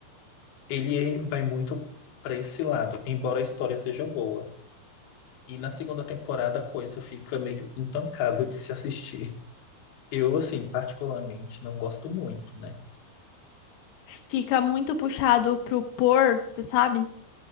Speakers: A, on the left; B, on the left.
A: ele vai muito para esse lado, embora a história seja boa. E na segunda temporada a coisa fica meio intancável de se assistir. Eu, assim, particularmente não gosto muito, né?
B: fica muito puxado pro por, você sabe?